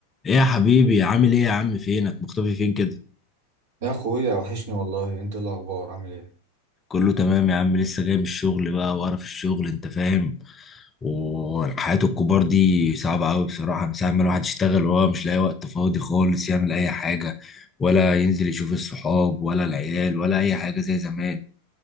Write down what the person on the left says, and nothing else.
ايه يا حبيبي عامل ايه يا عم فينك مختفي فين كده
كله تمام يا عم لسه جاي من الشغل بقى وقرف الشغل انت فاهم والحياة الكبار دي صعبة قوي بصراحة من ساعة ما الواحد يشتغل وهو مش لاقي وقت فاضي خالص يعمل اي حاجة ولا ينزل يشوف الصحاب ولا العيال ولا اي حاجة زي زمان